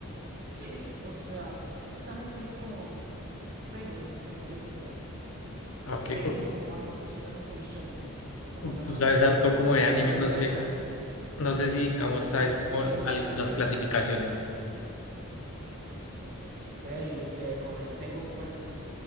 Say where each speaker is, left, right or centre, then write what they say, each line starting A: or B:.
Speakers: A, on the right; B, on the left.
A: sí, o sea, ese también sería como seinen, entre comillas.
B: Ah, Ok,
A: Seinen
B: ok.
A: como algo fusionado con shonen, más o menos
B: tú
A: así.
B: sabes harto como de anime,
A: Ey, pero
B: no
A: la
B: sé,
A: relación,
B: no sé si, digamos, sabes
A: sí,
B: como
A: ley,
B: al-
A: la relación,
B: las clasificaciones.
A: mm, no sé. Pero ey, eh, con el Tengoku este.